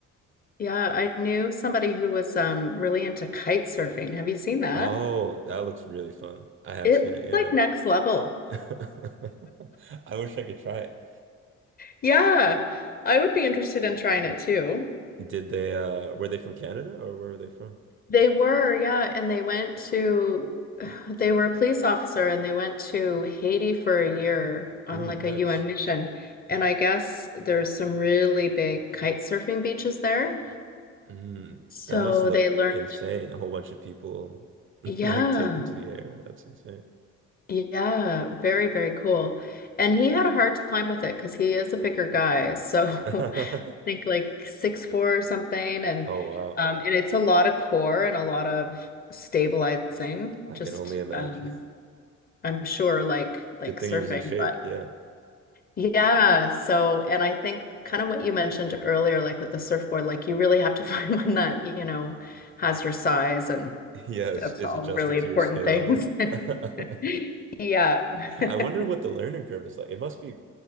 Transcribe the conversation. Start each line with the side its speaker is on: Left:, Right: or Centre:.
Left: Yeah, I knew somebody who was um really into kite surfing. Have you seen that?
Right: Oh, that looks really fun. I have
Left: It's
Right: seen it, yeah.
Left: like next level.
Right: <laughs> I wish I could try it.
Left: Yeah, I would be interested in trying it too.
Right: Did they uh were they from Canada or where were they from?
Left: They were, yeah, and they went to <sighs> they were a police officer and they went to Haiti for a year on
Right: Mm,
Left: like
Right: nice.
Left: a UN mission. And I guess there's some really big kite surfing beaches there.
Right: Mm,
Left: So
Right: that must look
Left: they learned,
Right: insane. A whole bunch of people <laughs>
Left: yeah.
Right: like taking to the air. That's insane.
Left: Yeah, very, very cool. And he had a hard time with it because he is a bigger guy. So <laughs> I
Right: <laughs>
Left: think like six four or something. And
Right: Oh wow.
Left: um and it's a lot of core and a lot of stabilizing,
Right: I
Left: just
Right: can only imagine.
Left: um I'm sure like
Right: <laughs>
Left: like
Right: Good thing
Left: surfing.
Right: he was in shape,
Left: But
Right: yeah.
Left: yeah, so and I think kind of what you mentioned earlier, like with the surfboard, like you really have to <laughs> find one that, you know, has your size and
Right: Yeah, is,
Left: that's
Right: is
Left: all
Right: adjusted
Left: really important
Right: to your skill
Left: things.
Right: level.
Left: <laughs>
Right: <laughs>
Left: Yeah. <laughs>
Right: I wonder what the learning curve is like. It must be